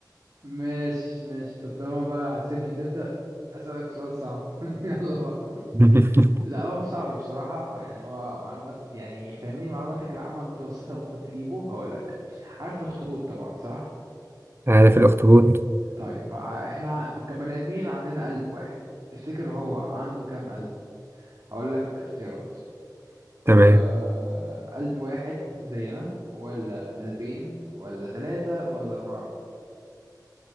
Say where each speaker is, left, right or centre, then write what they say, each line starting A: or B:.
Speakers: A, on the right; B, on the right.
A: ماشي ماشي طب طالما بقى هتسيبني تبدأ أسألك سؤال صعب <laughs> يلا بقى
B: <laughs>
A: لا هو مش صعب بصراحة اه يعني هو معلومات يعني فاهمني معلوماتك العامة المتوسطة المفروض تجيبه هقولك عارف الأخطبوط طبعا صح؟
B: عارف الاخطبوط
A: طيب ع- احنا ع- كبني آدمين عندنا قلب واحد تفتكر هو عنده كام قلب؟ هقولك اختيارات
B: تمام
A: أه قلب واحد زينا ولا قلبين ولا ثلاثة ولا أربعة